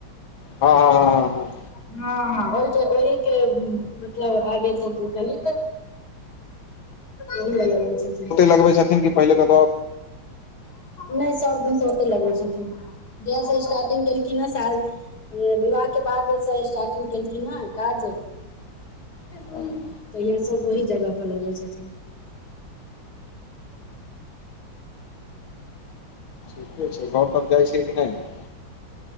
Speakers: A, on the left; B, on the left.
A: हँ हँ हँ हँ
B: हँ हँ ओहि के मतलब आगे छै त कहली तऽ ओहि लगैबे छथिन
A: लगबे छथिन कि पहिले क
B: नहि सबदिनसँ ओते लगैबे छथिन जहिया सँ स्टारटिंग केलखिन न साल विवाह के बादसँ स्टार्टिंग केलखिन हन काज तहिया
A: हँ
B: सँ ओहि जगह पर लगबे छथिन
A: ठीके छै घर तर जाइ छैिय कि नहि